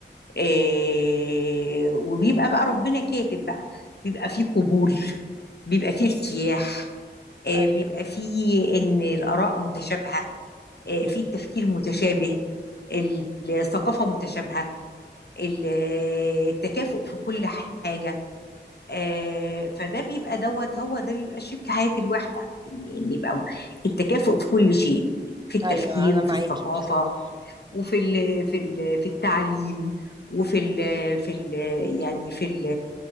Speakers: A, on the left; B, on the right.
A: آه وبيبقى بقى ربنا كاتب بقى بيبقى فيه قبول بيبقى فيه ارتياح آه
B: ايوه
A: بيبقى فيه ان الاراء متشابهه آه
B: مم.
A: فيه التفكير متشابه الثقافه متشابهه ال- التكافؤ في كل حاجه آه، فده بيبقى دوت هو ده بيبقى شيك حياة الواحدة ان ان يبقى التكافؤ في كل شيء في التفكير
B: ايوه انا
A: وفي
B: معاكي
A: الثقافة
B: بصراحة
A: وفي ال في ال في التعليم وفي ال في ال يعني في ال